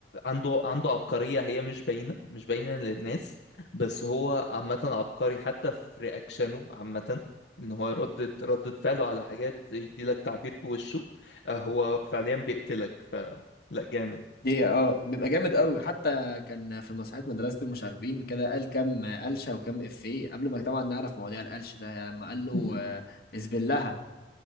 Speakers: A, on the left (about 80°); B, on the left (about 60°).
A: عنده عنده عبقرية هي مش باينة مش باينة للناس بس هو عامة عبقري حتى في رياكشنه عامة ان هو ردة ردة فعله على حاجات يديلك تعبير بوشه آه هو فعليا بيقتلك فلا جامد
B: دي اه بيبقى جامد قوي حتى كان في مسرحيه مدرسه المشاغبين كده قال كام قلشه وكام افيه قبل ما طبعا نعرف مواضيع القلش ده يعني لما قال له
A: <laughs>
B: آه، اذبلها